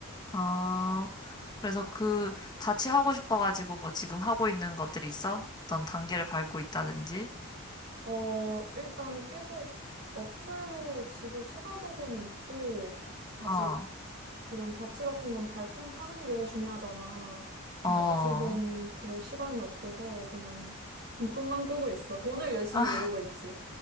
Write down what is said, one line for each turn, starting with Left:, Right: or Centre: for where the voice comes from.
Left: 어. 그래서 그 자취하고 싶어가지고 뭐 지금 하고 있는 것들이 있어? 어떤 단계를 밟고 있다든지?
Right: 어, 일단 계속 어플로 집을 찾아보고는 있고, 아직
Left: 어,
Right: 그런 자취 같은 건 발품 파는 게 중요하잖아. 근데
Left: 어.
Right: 아직은 그럴 시간이 없어서 그냥 <laughs> 꿈만 꾸고 있어. 돈을 열심히
Left: <laughs>
Right: 모으고 있지.